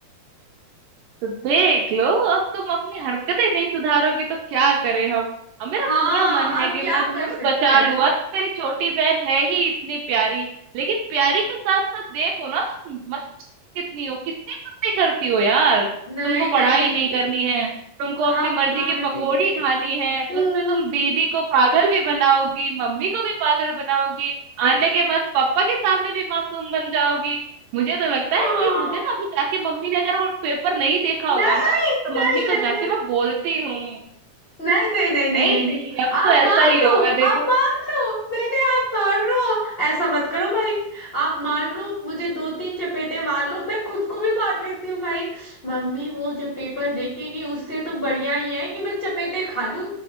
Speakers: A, on the right; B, on the left.
A: तो देख लो अब तुम अपनी हरकतें नहीं सुधारोगी तो क्या करें हम अब मेरा
B: हाँ
A: पूरा मन है
B: आप
A: कि
B: क्या
A: मैं तुमको
B: कर सकते
A: ना बचा
B: हैं
A: लूँ अब मेरी छोटी बहन है ही इतनी प्यारी लेकिन प्यारी के साथ साथ देखो ना तुम कितनी हो कितनी मस्ती करती हो यार
B: नहीं
A: तुमको
B: नहीं
A: पढ़ाई नहीं करनी है तुमको अपनी
B: आप
A: मर्जी
B: मार
A: की पकोड़ी
B: दीजिए
A: खानी है
B: हम्म,
A: उसमें तुम दीदी को पागल भी बनाओगी मम्मी को भी पागल बनाओगी आने के बाद पापा के सामने भी मासूम बन जाओगी मुझे तो लगता
B: हाँ।
A: है कि मुझे ना अभी जाके मम्मी ने अगर वो पेपर नहीं देखा होगा
B: नहीं
A: ना तो
B: नहीं
A: मम्मी
B: नहीं
A: को जाके
B: नहीं
A: मैं बोलती हूँ
B: नहीं नहीं नहीं नहीं
A: नहीं
B: नहीं
A: नहीं
B: नहीं
A: अब
B: आप
A: तो ऐसा
B: मार
A: ही होगा
B: लो
A: देखो
B: आप मार लो नहीं नहीं आप मार लो ऐसा मत करो भाई आप मार लो मुझे दो तीन चपेटे मार लो मैं खुद को भी मार लेती हूँ भाई मम्मी वो जो पेपर देखेगी उससे तो बढ़िया ही है कि मैं चपेटे खा लूं